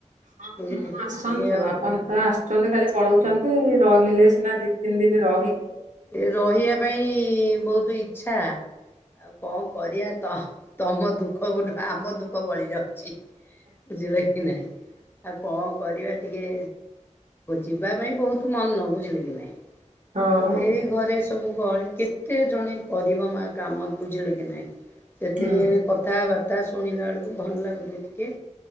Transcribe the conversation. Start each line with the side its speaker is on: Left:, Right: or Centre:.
Right: ହଁ
Left: ବୁଝିଲେ
Right: ହଁ ଆସନ୍ତୁ
Left: ଟିକେ
Right: ଆପଣ ତ ଆସୁଛନ୍ତି ଖାଲି ପଳଉଛନ୍ତି
Left: ଟିକେ
Right: ରହିଲେ ସିନା ଦି ତିନି ଦିନ ରହିି
Left: ଏ ରହିବା ପାଇଁ ବହୁତ ଇଚ୍ଛା ଆଉ କଣ କରିବା ତ ତମ ଦୁଃଖ ଗୋଟୁ ଆମ ଦୁଃଖ ବଳିଯାଉ ଚି ବୁଝିଲେ କି ନାଇଁ ଆଉ କଣ କରିବା ଟିକେ ଯିବା ପାଇଁ ବହୁତ ମନ ବୁଝିଲେ କି ନାହିଁ।
Right: ହଁ
Left: ଆଉ ଏଇ ଘରେ ସବୁ ଗହଳି କେତେ ଜଣେ କରିବ ମା କାମ ବୁଝିଲେ କି ନାଇଁ। ସେଥିରେ
Right: ହୁଁ
Left: କଥାବାର୍ତ୍ତା ଶୁଣିଲା ବେଳକୁ ଭଲ ଲାଗୁଛି ଟିକେ